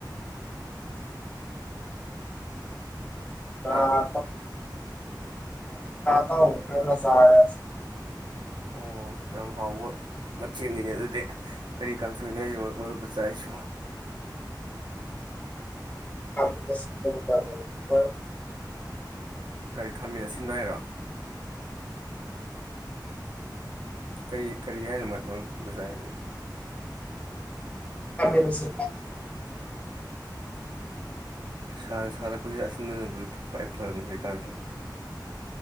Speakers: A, on the right; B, on the left.
A: ꯍꯥ
B: ꯑ ꯍ ꯊꯇꯥꯨ ꯈꯔ ꯉꯁꯔ
A: ꯑꯣ ꯌꯥꯝ ꯍꯥꯎꯕ ꯃꯊꯦꯜꯅꯤꯅꯦ ꯑꯗꯨꯗꯤ ꯀꯔꯤ ꯀꯥꯡꯊꯣꯛꯏꯅꯣꯁꯦ ꯃꯔꯨꯨꯞꯕꯆꯥꯥꯁꯨ
B: <inaudible>
A: ꯀꯔꯤ ꯈꯥꯃꯤꯅ ꯁꯤꯟꯕꯣ ꯍꯥꯏꯔꯣ ꯀꯔꯤ ꯀꯔꯤ ꯍꯥꯏꯅꯣ ꯃꯔꯨꯞꯅ ꯆꯥꯏꯅꯣ
B: ꯀꯁ
A: ꯑꯣ ꯁꯥꯔꯛꯄꯁꯤ ꯑꯁꯤꯟꯕꯗꯤ ꯈ꯭ꯋꯥꯏ ꯐꯔꯅꯤ ꯍꯧꯖꯤꯀꯥꯟꯁꯦ